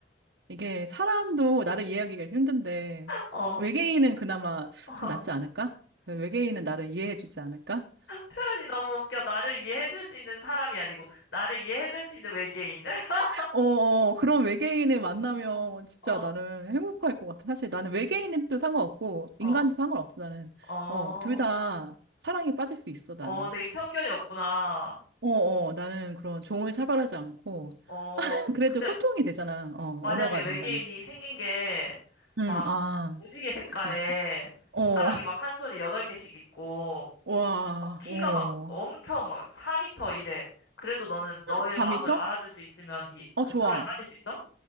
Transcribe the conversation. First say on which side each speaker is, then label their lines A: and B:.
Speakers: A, on the right; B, on the left.
A: 이게 사람도 나를 이해하기가 좀 힘든데,
B: 어.
A: 외계인은 그나마
B: <laughs>
A: 좀 낫지 않을까? 외계인은 나를 이해해주지 않을까?
B: 표현이 너무 웃겨. 나를 이해해줄 수 있는 사람이 아니고, 나를 이해해줄 수 있는 외계인. <laughs>
A: 어, 어, 그런 외계인을 만나면 진짜
B: 어.
A: 나는 행복할 것 같아. 사실 나는 외계인은 또 상관없고,
B: 어,
A: 인간도 상관없어, 나는.
B: 어,
A: 어, 둘 다 사랑에 빠질 수 있어, 나는.
B: 어, 되게 편견이 없구나.
A: 어, 어, 나는 그런 종을 차별하지 않고,
B: 어,
A: <clears throat> <laughs> 그래도
B: 근데
A: 소통이 되잖아. 어,
B: 만약에
A: 언어가
B: 외계인이
A: 된다면.
B: 생긴 게
A: 응,
B: 막
A: 아,
B: 무지개 색깔에
A: 그치, 그치.
B: 손가락이
A: 어,
B: 막 한 손에 여덟 개씩 있고
A: <laughs> 와,
B: 막 키가
A: 어,
B: 막 엄청 막 4미터 이래. 그래도 너는 너의
A: 4미터?
B: 마음을 알아줄 수 있으면 이,
A: 어,
B: 그
A: 좋아.
B: 사랑에 빠질 수 있어?